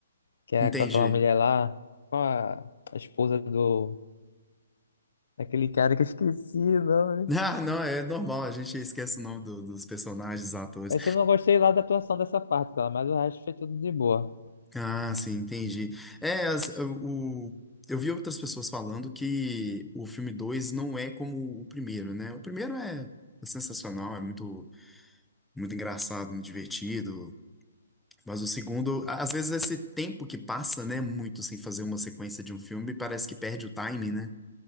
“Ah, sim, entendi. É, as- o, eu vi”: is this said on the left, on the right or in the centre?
Centre